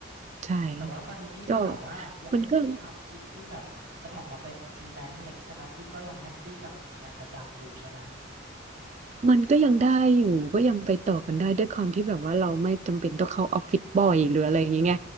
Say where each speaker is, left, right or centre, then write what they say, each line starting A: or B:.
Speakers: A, on the right; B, on the right.
A: ใช่
B: แต่ว่าตอนนี้พี่ก็แบบว่ายังไม่ได้มีความคิดที่แบบจะออกมาเป็นฟรีแลนซ์อะไรอย่างงี้ใช่ไหมพี่ก็ยังแฮปปี้กับงานประจำอยู่ใช่ไหม
A: ก็มันก็ มันก็ยังได้อยู่ก็ยังไปต่อกันได้ด้วยความที่แบบว่าเราไม่จำเป็นต้องเข้าออฟฟิศบ่อยหรืออะไรอย่างเงี้ยไง
B: อ๋อ